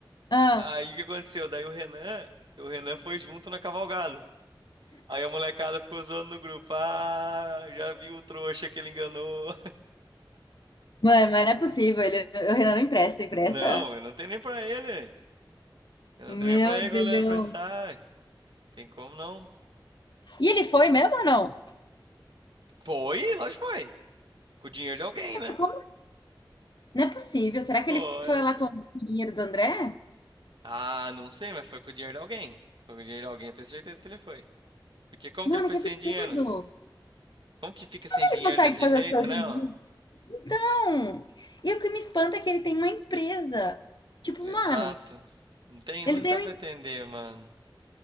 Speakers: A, on the left; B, on the right.
A: Ah,
B: Aí o que aconteceu? Daí o Renan, o Renan foi junto na cavalgada. Aí a molecada ficou zoando no grupo. Ah, já viu o trouxa que ele enganou.
A: mãe, mas não é possível. Ele, o Renan não empresta,
B: <laughs>
A: empresta?
B: Não, eu não tenho nem pra ele. Eu não
A: Meu
B: tenho nem pra ele
A: Deus.
B: quando ele vai prestar. ué. Tem como não?
A: E ele foi mesmo ou não?
B: Foi, lógico que foi. Com o dinheiro de alguém, né?
A: Como? Não é possível. Será que
B: Foi.
A: ele foi lá com
B: cara.
A: o dinheiro do André?
B: Ah, não sei, mas foi com o dinheiro de alguém. Foi com o dinheiro de alguém, eu tenho certeza que ele foi. Porque como
A: Mano,
B: que ele foi
A: que
B: sem
A: absurdo.
B: dinheiro? Como que fica sem dinheiro
A: Ele consegue
B: desse
A: fazer
B: jeito,
A: as coisas
B: né,
A: em
B: ó?
A: um? Não. E o que me espanta é que ele tem uma empresa. Tipo,
B: Exato.
A: mano,
B: Não tem, não
A: ele tem,
B: dá pra entender, mano.